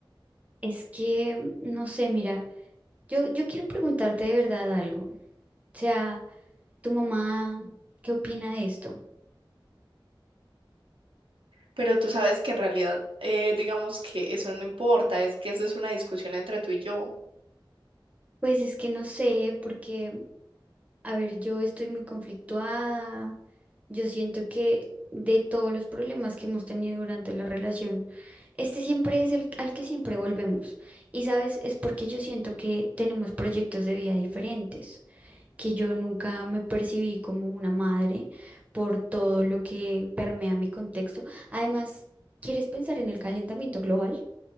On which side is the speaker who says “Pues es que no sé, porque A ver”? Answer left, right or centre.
Right